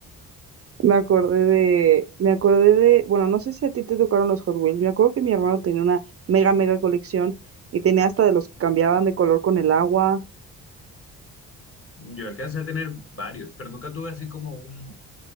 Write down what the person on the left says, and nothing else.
Yo alcancé a tener varios, pero nunca tuve así como un...